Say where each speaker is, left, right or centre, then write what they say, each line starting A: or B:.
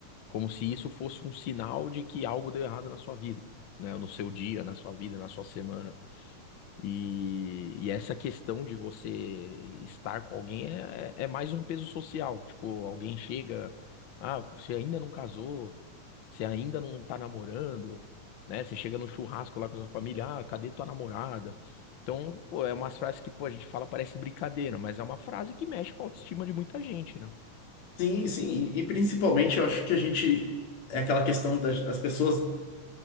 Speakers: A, on the left; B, on the left.
A: Como se isso fosse um sinal de que algo deu errado na sua vida, né? No seu dia, na sua vida, na sua semana. E, e essa questão de você estar com alguém é, é é mais um peso social. Tipo, alguém chega, ah, você ainda não casou, você ainda não tá namorando, né? Você chega no churrasco lá com a sua família, ah, cadê tua namorada? Então, pô, é umas frases que, pô, a gente fala, parece brincadeira, mas é uma frase que mexe com a autoestima de muita gente, né?
B: sim, sim, e, e principalmente eu acho que a gente é aquela questão das, das pessoas